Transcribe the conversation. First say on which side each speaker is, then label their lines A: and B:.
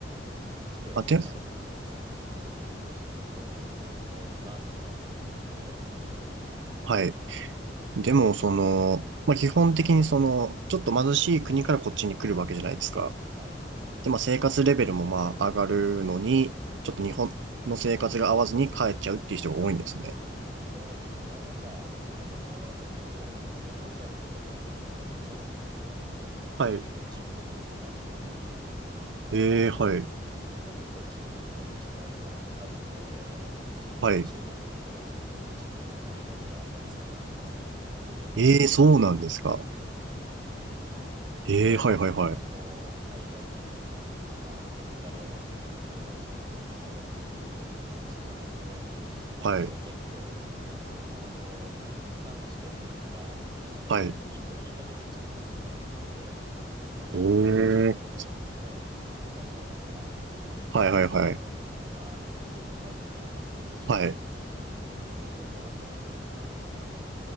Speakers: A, on the right; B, on the right.
A: こっちでね、
B: あ、で、
A: お奥さん連れてきて結婚して子供、えーいますみたいな人もい、いたりするんで、
B: はい。
A: うん、
B: でも、その、まあ、基本的にその、ちょっと貧しい国からこっちに来るわけじゃないですか。
A: はい、
B: で、まあ、生活レベルもまあ、上がるのに、
A: うん。
B: ちょっと日本の生活が合わずに帰っちゃうっていう人が多いんですね。
A: そうですね。なんか、そもそもやっぱり結構、東南アジアの子たちなんかそ、特にそうなんですけど、
B: はい。
A: 結構自分の国好きなんですよね。
B: ええ、はい。
A: うん、これが結構中国との違いもあるところで、
B: はい。
A: なんか中国の人たちって結構自分の国のことあんまり好きじゃないんですよ。特に日本に一回来るような子たちは。
B: ええ、そうなんですか。ええ、はい、はい、はい。
A: なんかこう、海外に、まあ、憧れを持ってるような中国人は割と自分の国のこと好きじゃなくて、なんかこう、
B: はい。
A: 結構、なんていうのかな、こう、達観してるというか、あの、
B: はい。
A: ひ一歩引いた目で自分の国のこと見てて、なんか、
B: ええ
A: あの、中国のね、政策はこうだとか、こういう国の取り組みは良くないとか、
B: はいはいはい。
A: 結構中国のことを
B: はい。
A: よく思ってない人が結構多くて、